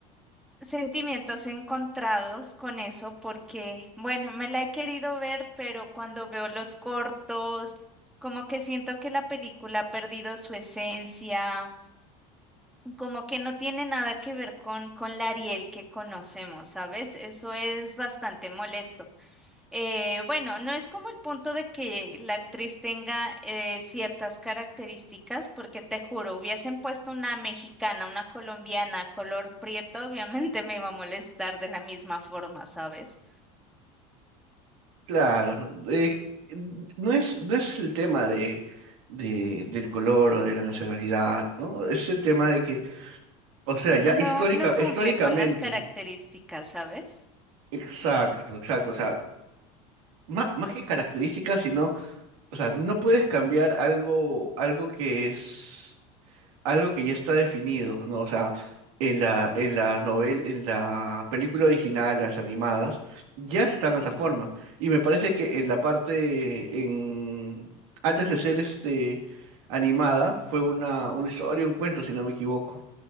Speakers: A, in the centre; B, on the right (about 80°).
A: sentimientos encontrados con eso porque, bueno, me la he querido ver, pero cuando veo los cortos, como que siento que la película ha perdido su esencia, como que no tiene nada que ver con, con la Ariel que conocemos, ¿sabes? Eso es bastante molesto. Eh, bueno, no es como el punto de que la actriz tenga eh, ciertas características, porque te juro, hubiesen puesto una mexicana, una colombiana, color prieto, obviamente me iba a molestar de la misma forma, ¿sabes?
B: Claro, eh, no es, no es el tema de, de- del color o de la nacionalidad, ¿no? Es el tema de que, o sea, ya
A: No,
B: histórica,
A: no cumple
B: históricamente,
A: con las características, ¿sabes?
B: exacto, exacto, o sea, má- más, que características, sino, o sea, no puedes cambiar algo, algo que es algo que ya está definido, ¿no? O sea, en la, en la novel- en la película original, las animadas, ya están de esa forma. Y me parece que en la parte, en, antes de ser este animada, fue una, una historia, un cuento, si no me equivoco.